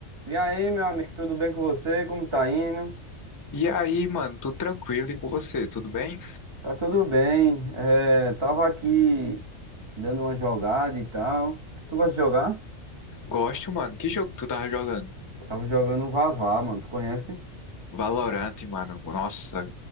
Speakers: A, on the right; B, on the left.
A: E aí, meu amigo, tudo bem com você? Como tá indo?
B: E aí, mano, tudo tranquilo e com você, tudo bem?
A: Tá tudo bem. É, tava aqui dando uma jogada e tal. Tu gosta de jogar?
B: Gosto, mano. Que jogo que tu tava jogando?
A: Eu tava jogando um Vavá, mano. Tu conhece?
B: Valorant, mano. Nossa,